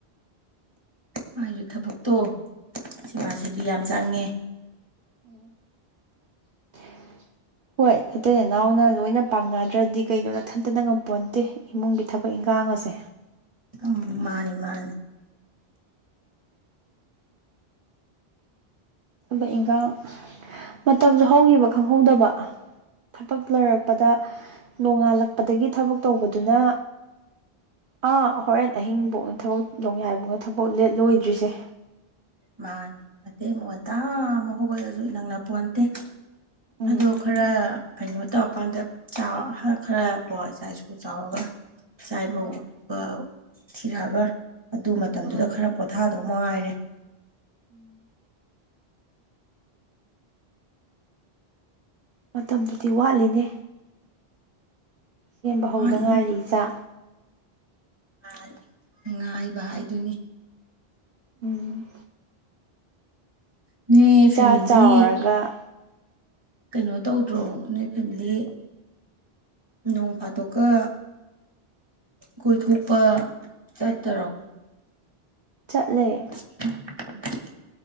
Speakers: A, on the right; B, on the right.
A: ꯃꯥꯏꯁꯨ ꯊꯕꯛꯇꯣ ꯁꯦꯕꯥ ꯁꯦꯕꯤ ꯌꯥꯝ ꯆꯪꯉꯦ
B: <inaudible> ꯍꯣꯏ ꯑꯇꯩ ꯅꯅꯥꯎꯅ ꯂꯣꯏꯅ ꯄꯥꯛꯅꯗ꯭ꯔꯗꯤ ꯀꯩꯅꯣ ꯅꯊꯟꯇꯅ ꯉꯝꯄꯣꯟꯇꯦ ꯏꯃꯨꯡꯒꯤ ꯊꯕꯛ ꯏꯟꯈꯥꯡꯉꯁꯦ
A: ꯎꯝ ꯃꯥꯅꯤ ꯃꯥꯅꯤ
B: ꯊꯕꯛ ꯏꯟꯈꯥꯡ ꯃꯇꯝꯁꯨ ꯍꯧꯈꯤꯕ ꯈꯪꯍꯧꯗꯕ ꯊꯕꯛ ꯂꯣꯏꯔꯛꯄꯗ ꯅꯣꯡꯉꯥꯜꯂꯛꯄꯗꯒꯤ ꯊꯕꯛ ꯇꯧꯕꯗꯨꯅ ꯑꯥ ꯍꯣꯔꯦꯟ ꯑꯍꯤꯡꯕꯧꯅꯦ ꯊꯕꯛ ꯅꯣꯡꯌꯥꯏꯕꯧꯅꯦ ꯊꯕꯛ ꯂꯦꯠ ꯂꯣꯏꯗ꯭ꯔꯤꯁꯦ
A: ꯃꯥꯅꯤ ꯑꯗꯩ ꯃꯨꯛꯉꯟꯇꯥ ꯑꯃꯨꯛ ꯍꯧꯒꯠꯂꯁꯨ ꯅꯪꯅ ꯄꯣꯟꯇꯦ
B: ꯎꯝ
A: ꯑꯗꯨ ꯈꯔ ꯀꯩꯅꯣ ꯇꯧꯔꯀꯥꯟꯗ ꯆꯥꯎ ꯈꯔ ꯈꯔ ꯀꯣ ꯏꯆꯥ ꯏꯁꯨ ꯆꯥꯎꯔꯒ ꯏꯆꯥ ꯏꯃꯧꯀ
B: ꯑꯥ
A: ꯊꯤꯔꯛꯑꯒ ꯑꯗꯨ ꯃꯇꯝꯗꯨꯗ
B: ꯑꯥ
A: ꯈꯔ ꯄꯣꯊꯥꯗꯧ ꯃꯉꯥꯏꯔꯦ
B: ꯎꯝ ꯃꯇꯝꯕꯨꯗꯤ ꯋꯥꯠꯂꯤꯅꯦ ꯁꯦꯝꯕ ꯍꯧꯗ
A: ꯋꯥꯠꯂꯤ
B: ꯉꯥꯏꯔꯤ ꯏꯆꯥ
A: ꯃꯥꯅꯤ ꯉꯥꯏꯕ ꯍꯥꯏꯗꯨꯅꯤ
B: ꯎꯝ
A: ꯅꯣꯏ
B: ꯏꯆꯥ
A: ꯐꯦꯃꯤꯂꯤ
B: ꯆꯥꯎꯔꯒ
A: ꯀꯩꯅꯣ ꯇꯧꯗ꯭ꯔꯣ ꯅꯣꯏ ꯐꯦꯃꯤꯂꯤ ꯅꯣꯡ ꯐꯥꯗꯣꯛꯀ ꯀꯣꯏꯊꯣꯛꯄ ꯆꯠꯇꯔꯣ
B: ꯆꯠꯂꯦ
A: <inaudible>